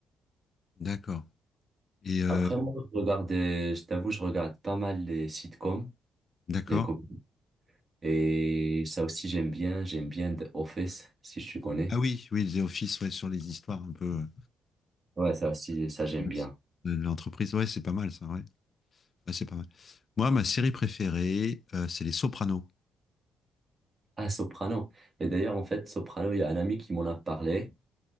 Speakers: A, on the left; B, on the right.
A: D'accord. Et euh,
B: Après, moi, je regarde, euh, je t'avoue, je regarde pas mal les sitcoms,
A: d'accord.
B: les com- Et ça aussi, j'aime bien. J'aime bien The Office, si tu connais.
A: Ah oui, oui, The Office, ouais, sur les histoires un peu
B: Ouais, ça aussi, ça, j'aime
A: euh,
B: bien.
A: de l'entreprise. Ouais, c'est pas mal ça, ouais. Ouais, c'est pas mal. Moi, ma série préférée, euh, c'est Les Sopranos.
B: Ah, Soprano. Et d'ailleurs, en fait, Soprano, il y a un ami qui m'en a parlé.